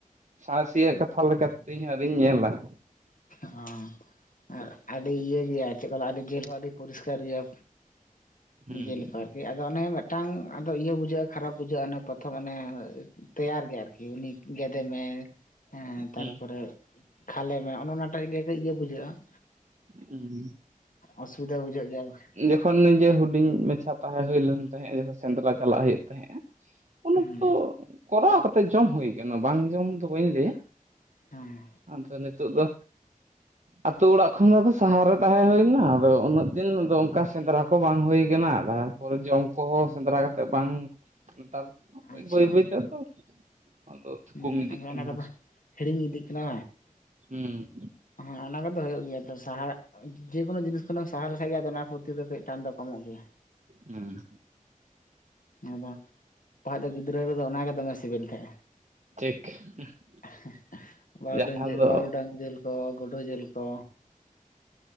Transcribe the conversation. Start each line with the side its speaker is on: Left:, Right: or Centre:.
Right: ᱥᱟᱬᱮᱥᱤᱭᱟᱹᱟᱜ ᱠᱟᱛᱷᱟ ᱞᱮᱠᱟᱛᱮ ᱤᱧᱦᱚᱸ ᱟᱣᱨᱤᱧ ᱧᱮᱞᱟ ᱾
Left: ᱦᱚᱸ ᱟᱨ ᱟᱹᱰᱤ ᱤᱭᱟᱹ ᱜᱮᱭᱟ ᱪᱮᱫ ᱞᱟᱹᱭᱟ ᱟᱹᱰᱤ ᱡᱮᱞ ᱦᱚᱸ ᱟᱹᱰᱤ ᱯᱚᱨᱤᱥᱠᱟᱨ ᱜᱮᱭᱟ᱾
Right: ᱦᱩᱸ
Left: ᱡᱮᱞᱮᱠᱟ ᱟᱨᱠᱤ ᱟᱫᱚ ᱚᱱᱮ ᱢᱤᱫᱴᱟᱝ ᱤᱭᱟᱹ ᱵᱩᱡᱷᱟᱹᱜᱼᱟ ᱠᱷᱟᱨᱟᱯ ᱵᱩᱡᱷᱟᱹᱜᱼᱟ ᱚᱱᱮ ᱯᱨᱚᱛᱷᱚᱢ ᱚᱱᱮ ᱛᱮᱭᱟᱨ ᱜᱮ ᱟᱨᱠᱤ ᱩᱱᱤ ᱜᱮᱫᱮᱢᱮ ᱦᱮᱸ ᱛᱟᱨᱯᱚᱨᱮ
Right: ᱦᱩᱸ
Left: ᱠᱷᱟᱞᱮ ᱢᱮ ᱚᱱᱮ ᱚᱱᱟᱴᱟᱜ ᱜᱮ ᱠᱟᱹᱡ ᱤᱭᱟᱹ ᱵᱩᱡᱷᱟᱹᱜᱼᱟ ᱾
Right: ᱦᱩᱸ ᱦᱩᱸ
Left: ᱚᱥᱩᱵᱤᱫᱟ ᱵᱩᱡᱷᱟᱹᱜ ᱜᱮᱭᱟ ᱾
Right: ᱡᱚᱠᱷᱚᱱ ᱱᱤᱡᱮ ᱦᱩᱰᱤᱧ ᱢᱟᱪᱷᱟ ᱛᱟᱦᱮᱸ ᱦᱳᱭ ᱞᱮᱱ ᱛᱟᱦᱮᱸᱜ ᱡᱚᱠᱷᱚᱱ ᱥᱮᱸᱫᱽᱨᱟ ᱪᱟᱞᱟᱜ ᱦᱩᱭᱩᱜ ᱛᱟᱦᱮᱸᱜᱼᱟ ᱩᱱ
Left: ᱦᱮᱸ
Right: ᱚᱠᱛᱚ ᱠᱚᱨᱟᱣ ᱠᱟᱛᱮ ᱡᱚᱢ ᱦᱩᱭᱩᱭᱟ ᱠᱟᱱᱟ ᱵᱟᱝ ᱡᱚᱢ ᱫᱚ ᱵᱟᱹᱧ ᱞᱟᱹᱭᱟ ᱾
Left: ᱦᱮᱸ
Right: ᱟᱫᱚ ᱱᱤᱛᱳᱜ ᱫᱚ ᱟᱹᱛᱩᱳ ᱚᱲᱟᱜ ᱠᱷᱚᱱ ᱫᱚ ᱟᱫᱚ ᱥᱟᱦᱟᱨᱮ ᱛᱟᱦᱮᱸ ᱦᱩᱭᱱᱟ ᱟᱫᱚ ᱩᱱᱟᱹᱜ ᱫᱤᱱ ᱟᱫᱚ ᱚᱱᱠᱟ ᱥᱮᱸᱫᱽᱨᱟ ᱠᱚ ᱵᱟᱝ ᱦᱩᱭ ᱠᱟᱱᱟ ᱛᱟᱦᱚᱞ ᱛᱟᱨᱯᱚᱨᱮ ᱡᱚᱢ ᱠᱚᱦᱚᱸ ᱥᱮᱸᱫᱽᱨᱟ ᱠᱟᱛᱮᱫ ᱵᱟᱝ ᱱᱮᱛᱟᱨ ᱫᱚ
Left: ᱟᱪᱪᱷᱟ
Right: ᱵᱟᱹᱭ ᱵᱟᱹᱭ ᱛᱮ ᱟᱫᱚ ᱟᱫᱚ ᱛᱷᱩᱠᱚᱢ
Left: ᱦᱮᱸ
Right: ᱤᱫᱤᱜ
Left: ᱟᱫᱚ
Right: ᱠᱟᱱᱟ
Left: ᱚᱱᱟ ᱠᱚᱫᱚ ᱦᱤᱲᱤᱧ ᱤᱫᱤᱜ ᱠᱟᱱᱟ
Right: ᱦᱩᱸ ᱾
Left: ᱦᱮᱸ ᱟᱱᱟ ᱠᱚᱫᱚ ᱦᱩᱭᱜ ᱜᱮᱭᱟ ᱛᱚ ᱥᱟᱦᱟᱨ ᱡᱮ ᱠᱳᱱᱳ ᱡᱤᱱᱤᱥ ᱠᱷᱚᱱᱮᱢ ᱥᱟᱦᱟ ᱞᱮᱠᱷᱟᱱ ᱜᱮ ᱟᱫᱚ ᱚᱱᱟ ᱯᱨᱚᱛᱤ ᱫᱚ ᱠᱟᱹᱡ ᱴᱟᱱ ᱫᱚ ᱠᱚᱢᱚᱜ ᱜᱮᱭᱟ᱾
Right: ᱦᱩᱸ
Left: ᱟᱫᱚ <unintelligible> ᱫᱚ ᱜᱤᱫᱽᱨᱟᱹ ᱨᱮᱫᱚ ᱚᱱᱟᱜᱮ ᱫᱚᱢᱮ ᱥᱤᱵᱤᱞ ᱛᱟᱦᱮᱸᱜᱼᱟ ᱾
Right: <unintelligible>
Left: ᱦᱮᱸ ᱵᱟᱨᱩᱰᱟᱝ
Right: ᱡᱟᱦᱟᱸ
Left: ᱡᱮᱞ
Right: ᱫᱚ
Left: ᱵᱟᱨᱩᱰᱟᱝ ᱡᱮᱞ ᱠᱚ ᱜᱳᱰᱳ ᱡᱮᱞ ᱠᱚ